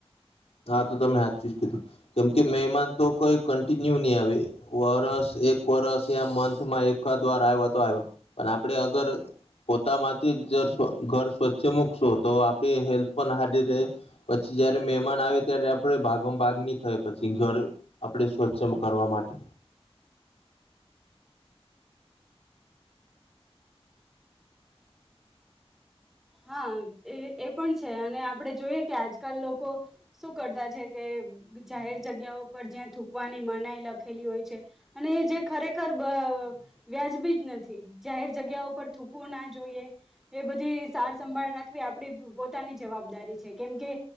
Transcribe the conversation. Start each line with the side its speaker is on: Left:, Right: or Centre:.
Left: હા તો તમે હાજું જ કીધું કેમ કે મેહેમાન તો કોઈ કન્ટિન્યુ નહી આવે વરસ, એક વરષ એ મંથમાં એકાદ વાર આવ્યો તો આવે પણ આપડે અગર પોતામાંથી ઘર ઘર સ્વચ્છ મૂકશો તો આપડી હેલ્થ પણ હારી રે પછી જયારે મેમાન આવે ત્યારે આપડ ભાગ ભાગ નહી થાય પછી ઘર આપડે સ્વચ્છ કરવા માટે.
Centre: હા એ એ પણ છે અને આપડે જોઈએ કે આજ કાલ લોકો શું કરતા છે કે જાહેર જગ્યાઓ પર જ્યાં થૂકવાની મનાઈ લખ લખેલી હોય છે અને જે ખરેખર અ વ્યાજબી જ નથી જાહેર જગ્યાઓ પર થૂકવું ના જોઈએ. એ બધી સાર સંંભાળ રાખવી આપડી પોતાની જવાબદારી છે. કેમકે